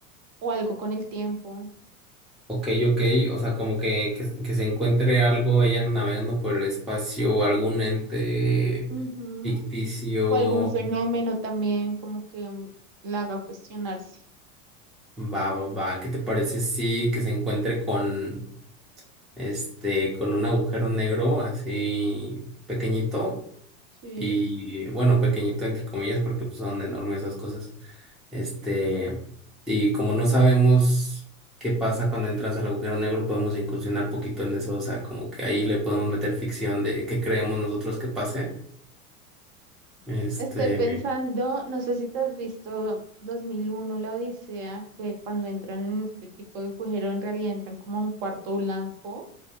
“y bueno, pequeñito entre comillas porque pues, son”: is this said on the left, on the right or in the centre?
Centre